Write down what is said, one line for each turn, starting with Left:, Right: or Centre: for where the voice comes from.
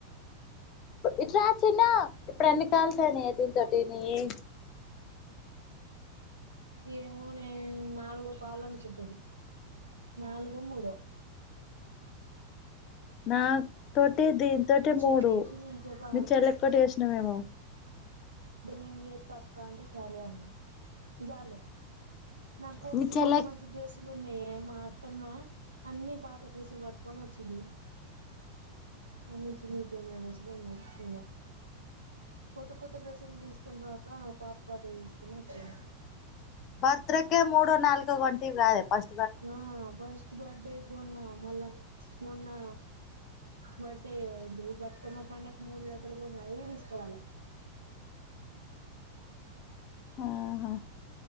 Left: ఇట్ రా చిన్నా ఇప్పుడు ఎన్ని కాల్స్ అయినీయే దీన్తోటి నియ్యి
Right: ఏమోనే నాలుగో కాలు అనుకుంటఇది నాలుగో మూడో
Left: నా తోటి దీన్ తోటే
Right: మా చెల్లి
Left: మూడు
Right: చేసింది ఇంతసేపు
Left: మీ చెల్లక్కొటి చేసినవేమో
Right: నేన్ జేత్త అక్క అంటే సరే అన్నా జాల్లే నా కొడ్కి
Left: మీ చెల్లె
Right: మంచి మంచి డ్రెస్సులు ఉన్నయో మా అత్తమ్మ అ అన్నీ పాత డ్రెస్సులు పట్టుకొని వచ్చింది అన్ని చినిగి పోయిన డ్రెస్సుల్లే ఉన్నాయి ఇంగ కొత్త కొత్త డ్రెస్సులు తీసుకుని రాక పాత పా తాయ్ తీసుకొని వచ్చింది
Left: బర్త్ డేకే మూడు నాల్గో గొట్టివి గాదే ఫ
Right: ఆ ఫస్ట్ బడ్డె గొన్నా మళ్ళా మొన్న బడ్డె ఎంటి ఇది బతుకమ్మ పండక్కి మూడు జతలు గొన్న అయ్యి దీసుకురాలే
Left: ఆహా